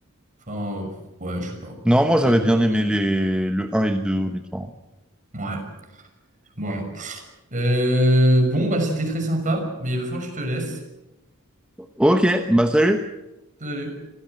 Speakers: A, on the right (about 35°); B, in the centre.
A: Enfin, euh, ouais, je sais pas.
B: Non, moi, j'avais
A: J'ai vraiment
B: bien
A: bien
B: aimé
A: aimé.
B: les, le un et le 2 honnêtement.
A: Ouais, ouais. Euh, bon, bah c'était très sympa, mais il va falloir que je te laisse.
B: Ok, bah, salut!
A: Salut.